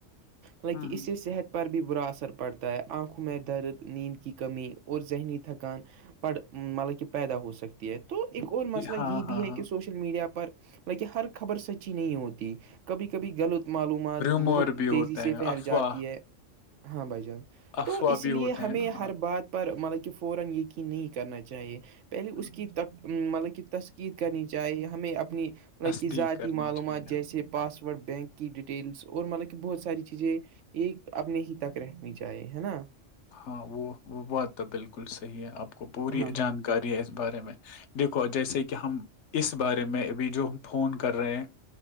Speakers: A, on the left (about 65°); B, on the right (about 70°).
A: ہوں
B: لکن اس
A: ہوں
B: سے صحت پر بھی برا اثر پڑتا ہے آنکھوں میں درد نیند کی کمی اور ذہنی تھکان پڑ مطلب کہ پیدا ہو سکتی ہے تو ایک اور مسئلہ
A: ہاں
B: یہ بھی
A: ہاں
B: ہے
A: ہاں
B: کہ سوشل میڈیا پر لیکن ہر خبر سچی نہیں ہوتی کبھی کبھی غلط معلومات
A: ریومور
B: بہت
A: بھی ہوتے
B: تیزی سے
A: ہیں
B: پھیل
A: افواہ
B: جاتی ہے ہاں بھجان
A: افواہ
B: تو اس
A: بھی
B: لیے
A: ہوتے
B: ہمیں
A: ہیں نا ہاں
B: ہر بات یار ہمارا جو فورا یقین نہیں کرنا چاہیے پہلے
A: ہوں،
B: اس مطلب کہ تسکید کرنی چاہی ہمیں اپنیطلب
A: تصدیق
B: کی ذاتی
A: کرنی
B: معلومات
A: چاہیے
B: جیسے پاس بینک کی ڈیٹیلس اور مطلب کہ بہت ساری چیزیں ایک اپنے ہی تک رہنی چاہیے ہے نا
A: ہاں وہ وہ بات تو بالکل صحیح ہے آپ کو پوری
B: ہاں ہاں
A: جانکاری ہے اس بارے میں دیکھو جیسے کہ ہم اس بارے میں ابھی جو ہم فون کر رہے ہیں